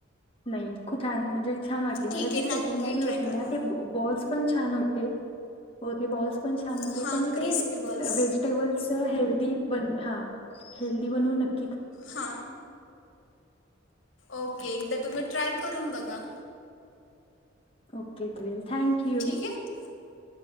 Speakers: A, on the left; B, on the left.
A: नाही खूप छान म्हणजे छान वाटली मला
B: ठीक आहे
A: जी सेकंड
B: नक्की
A: वाली होती
B: ट्राय करा
A: ना ते बॉल्स पण छान होते हो बॉ पण छान होते
B: हां
A: पण मी
B: क्रिस्पी
A: ते
B: बॉल्स
A: व्हेजिटेब हेल्थ ती बन हा हेल्दी बनवू नककी
B: हा ओके एकदा तुम्ही ट्राय करून बघा
A: ओके तल थँक यू
B: ठीक आहे